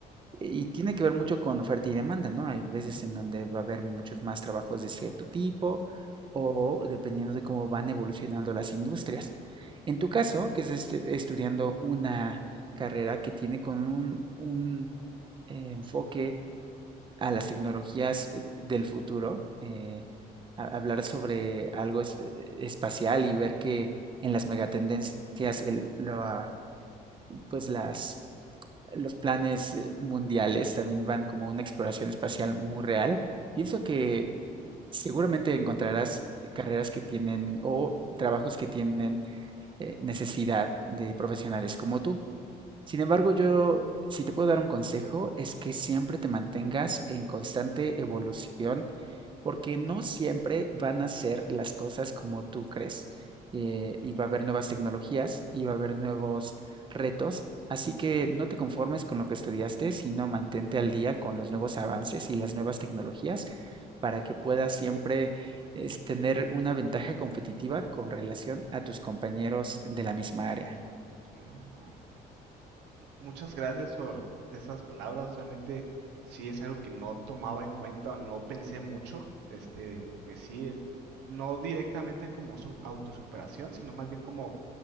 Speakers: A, on the right; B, on the right.
A: Y tiene que ver mucho con oferta y demanda, ¿no? Hay veces en donde va a haber muchos más trabajos de cierto tipo o dependiendo de cómo van evolucionando las industrias. En tu caso, que estás estu- estudiando una carrera que tiene con un, un, eh, enfoque a las tecnologías eh, del futuro, eh, a- hablar sobre algo es- eh, espacial y ver que en las megatendencias el- la- pues las los planes eh, mundiales también van como una exploración espacial muy real. Pienso que seguramente encontrarás carreras que tienen o trabajos que tienen eh, necesidad de profesionales como tú. Sin embargo, yo, si te puedo dar un consejo, es que siempre te mantengas en constante evolución, porque no siempre van a ser las cosas como tú crees. eh, y va a haber nuevas tecnologías y va a haber nuevos retos. Así que no te conformes con lo que estudiaste, sino mantente al día con los nuevos avances y las nuevas tecnologías para que puedas siempre es, tener una ventaja competitiva con relación a tus compañeros de la misma área.
B: Ah. Muchas gracias por esas palabras, realmente sí es algo que no tomaba en cuenta o no pensé mucho. Este, pues sí, el- no directamente como su autosuperación, sino más bien como